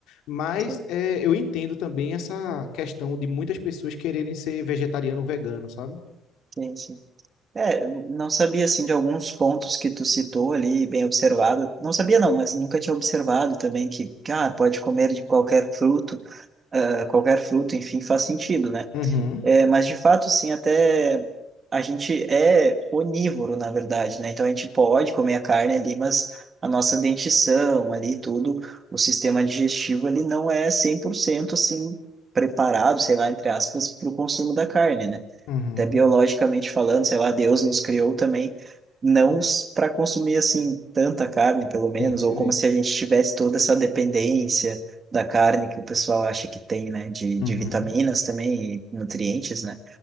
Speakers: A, on the left (about 80°); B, on the right (about 25°).
A: mas
B: sim,
A: é, eu entendo também essa questão de muitas pessoas quererem ser vegetariano ou vegano, sabe?
B: sim, sim. É, eu não sabia, assim, de alguns pontos que tu citou ali, bem observado. Não sabia, não, mas nunca tinha observado também que, ah, pode comer de qualquer fruto, ah, qualquer fruto, enfim, faz sentido, né?
A: Uhum,
B: É, mas de fato, sim, até a gente é onívoro, na verdade, né? Então a gente pode comer a carne ali, mas a nossa dentição ali, tudo, o sistema digestivo, ele não é 100% assim preparado, sei lá, entre aspas, para o consumo da carne, né?
A: uhum.
B: até biologicamente falando, sei lá, Deus nos criou também não para consumir assim tanta carne, pelo menos,
A: Sim, entendi.
B: ou como se a gente tivesse toda essa dependência da carne que o pessoal acha que tem, né, de,
A: Uhum,
B: de vitaminas também e nutrientes, né?